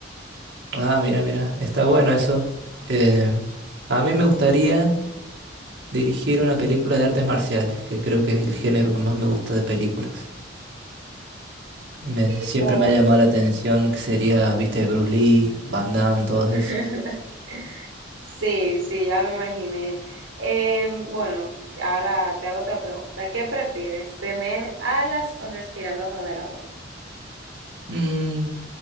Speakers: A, on the right (about 65°); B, on the right (about 85°).
A: Ah, mira, mira, está bueno eso. Eh, a mí me gustaría dirigir una película de artes marciales, que creo que es el género que más me gusta de películas. Me,
B: Tipo.
A: siempre me ha llamado la atención lo que sería, viste, Bruce Lee, Van Damme, todos
B: <laughs>
A: esos.
B: Sí, sí, ya me imaginé. Em, bueno, ahora te hago otra pregunta. ¿Qué prefieres, tener alas o respirar bajo del agua?
A: Mm,